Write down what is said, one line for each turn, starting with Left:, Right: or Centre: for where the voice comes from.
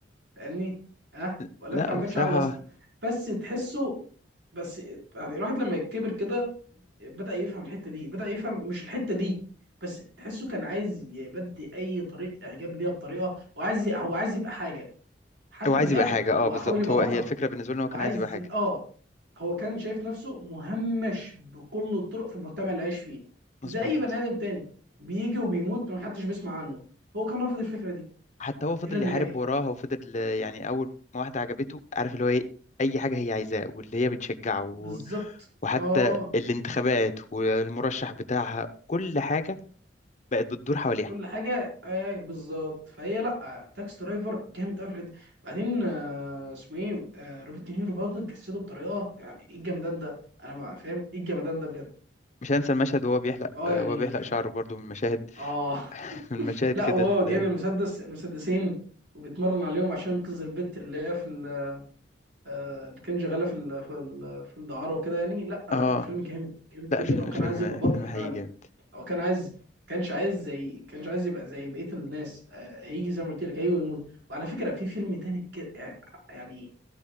Right: فاهمني ها
Left: <laughs>
Right: ولا
Left: لا
Right: انت ما عندكش
Left: هو بصراحه
Right: عقل اصلا بس تحسه بس يعني الواحد لما يكبر كده بدأ يفهم الحتة دي بدأ يفهم مش الحتة دي بس تحسه كان عايز يبدي أي طريقة إعجاب ليها بطريقة هو عايز ي- هو عايز يبقى حاجة حتى
Left: هو عايز
Right: في الآخر
Left: يبقى حاجه
Right: هو
Left: اه بالظبط
Right: حاول يبقى
Left: هو
Right: بطل
Left: هي الفكره بالنسبه له هو
Right: هو
Left: كان
Right: عايز
Left: عايز يبقى حاجه
Right: يبقى آه هو كان شايف نفسه مهمش بكل الطرق في المجتمع اللي عايش فيه
Left: مظبوط
Right: زي أي بني آدم تاني بيجي وبيموت محدش بيسمع عنه هو كان رافض الفكرة دي
Left: حتى هو فضل
Right: إلى النهاية
Left: يحارب وراها وفضل آه، يعني اول ما واحده عجبته عارف اللي هو ايه اي حاجه هي عايزاه واللي هي بتشجعه و-
Right: بالظبط
Left: وحتى
Right: آه
Left: الانتخابات والمرشح بتاعها كل حاجه بقت بتدور حواليها
Right: كل حاجه ايه بالظبط فهي لا تاكس درايفر جامد قوي في الحتة دي. بعدين آه، اسمه ايه آه، روبرت دينيرو برضه جسده بطريقه يعني ايه الجمدان ده انا ما فاهم ايه الجمدان ده بجد
Left: مش هنسى المشهد وهو بيحلق
Right: اه
Left: آه،
Right: يعني
Left: وهو بيحلق شعره برضو من مشاهد
Right: اه
Left: <laughs>
Right: <laughs>
Left: من مشاهد
Right: لا
Left: كده
Right: وهو
Left: ال-
Right: جايب المسدس مسدسين وبيتمرن عليهم عشان ينقذ البت اللي هي في ال- آه، اللي كان شغاله في ال- في ال- في الدعاره وكده يعني لا
Left: اه
Right: الفيلم جامد جامد
Left: لا
Right: جدا
Left: الفيلم
Right: لو كان
Left: الفيلم
Right: عايز يبقى
Left: الفيلم
Right: بطل فعلا
Left: حقيقي جامد
Right: هو كان عايز كانش عايز زي كانش عايز يبقى زي بقيه الناس آه، هيجي زي ما قلت لك هيجي ويموت وعلى فكره في فيلم تاني ك- يعني يعني